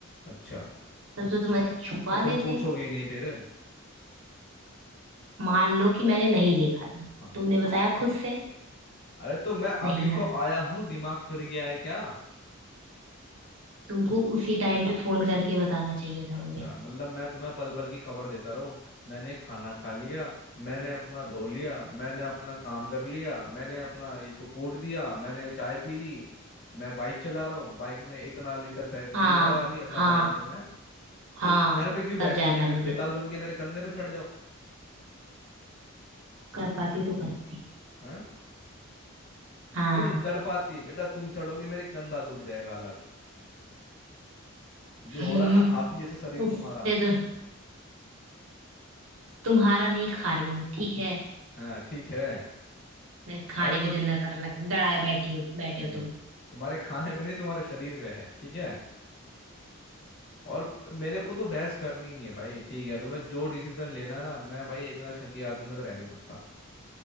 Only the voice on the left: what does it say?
अच्छा
तो तुम
पूछोगे ही नहीं फिर
हाँ
अरे तो मैं अभी
तो आया हूँ दिमाग फिर गया है क्या
अच्छा
मतलब मैं तुम्हें पल पल की खबर देता रहूं मैंने खाना खा लिया मैंने अपना धो लिया मैंने अपना काम कर लिया मैंने अपना इसको कूट दिया मैंने चाय पी ली मैं बाइक चला रहा हूँ बाइक में इतना लीटर ते, तेल
भरवा लिया सब
बताऊं तो मैं
तो घर पे क्यों
बैठते
हो बे-
बेताल बन के मेरे कंधे पे चढ़ जाओ
हैं
तुम कर पाती बेटा तुम चढ़ोगी मेरे कंधा टूट जाएगा अलग जो
हो रहा ना हाथी जैसा शरीर
तुम्हारा
हाँ ठीक है
अरे तो
हम्म
तुम्हारे खाने पे नहीं तुम्हारे शरीर पे है ठीक है और मेरे को तो बहस करनी नहीं है भाई ठीक है तुम्हें जो डिसीजन लेना है ना मैं भाई इतना शकी आदमी के साथ रह नहीं सकता